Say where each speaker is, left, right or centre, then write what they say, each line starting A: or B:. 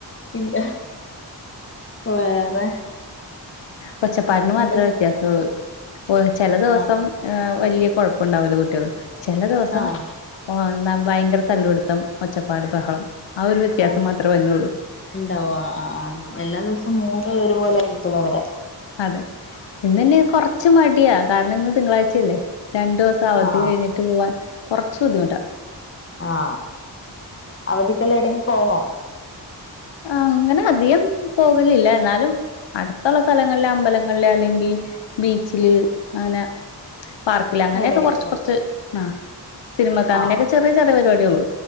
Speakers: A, on the left; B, on the left.
A: ഇല്ല വേറെ
B: കൊച്ചപ്പാടിന് മാത്രേ
A: എന്താ
B: വ്യത്യാസമുള്ളള്ളൂ പോയ്‌ ചില ദിവസം
A: ആഹ്
B: ങ്ങ വലിയ കുഴപ്പുണ്ടാവില്ല കുട്ട്യള് ചെല ദിവസം
A: ആഹ്
B: പോവാൻ എന്ന ഭയങ്കര തല്ലുപിടുത്തം ഒച്ചപ്പാട് ബഹളം ആ ഒരു വ്യത്യാസം
A: അതെ
B: മാത്രേ വര്നൊള്ളൂ
A: ണ്ടാവും ആ ആ എല്ലാ ദിവസവും മൂട് ഒരു പോലെയി ത്ത്ന്നവരെ
B: അതെ ഇന്ന് നി കൊറച്ച് മടിയാ കാരണം ഇന്ന് തിങ്കളാഴ്ചയല്ലേ രണ്ടു ദിവസം അവധി
A: ആഹ്
B: കഴിഞ്ഞിട്ട് പോവാൻ കുറച്ച ബുദ്ധിമുട്ടാ
A: ആ അവധിക്കല്ല എടങ്കി പോവോ
B: അങ്ങനെ അധികം പോകലില്ല എന്നാലും അടുത്തുള്ള സ്ഥലങ്ങളിലെ അമ്പലങ്ങളില് അല്ലെങ്കി ബീച്ച് ല് അനെ പാർക്കില് അങ്ങനെയൊക്കെ
A: എടെങ്കിലും
B: കൊറച്ച് കുറച്ച് ആ സിനിമയ്ക്ക അങ്ങനെ
A: ആഹ്
B: ചെറിയ ചെറിയ പരുപ